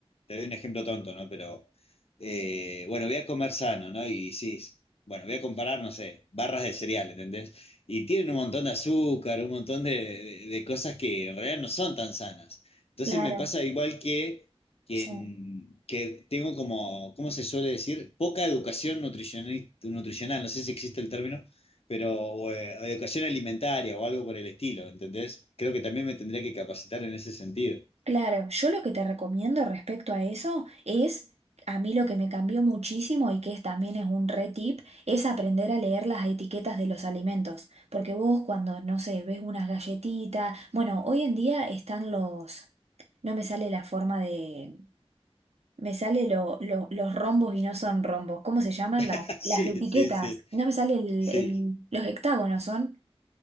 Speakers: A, on the left; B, on the right.
A: te doy un ejemplo tonto, ¿no? Pero, eh, bueno, voy a comer sano, ¿no? Y sí, s- bueno, voy a comparar, no sé, barras de cereal, ¿entendés? Y tienen un montón de azúcar, un montón de, de- de cosas que en realidad no son tan sanas. Entonces
B: Claro,
A: me pasa igual que, que,
B: sí,
A: en- que tengo como, ¿cómo se suele decir? Poca educación nutricional, nutricional, no sé si existe el término pero o, eh, educación alimentaria o algo por el estilo, ¿entendés? Creo que también me tendría que capacitar en ese sentido.
B: claro. Yo lo que te recomiendo respecto a eso es, a mí lo que me cambió muchísimo y que es, también es un re tip, es aprender a leer las etiquetas de los alimentos. Porque vos cuando, no sé, ves unas galletitas, bueno, hoy en día están los, no me sale la forma de, me sale lo, lo- los rombos y no son rombos. ¿Cómo se llaman
A: <laughs>
B: las,
A: Sí,
B: las etiquetas?
A: sí, sí,
B: No me sale el,
A: sí,
B: el- los hectágonos son,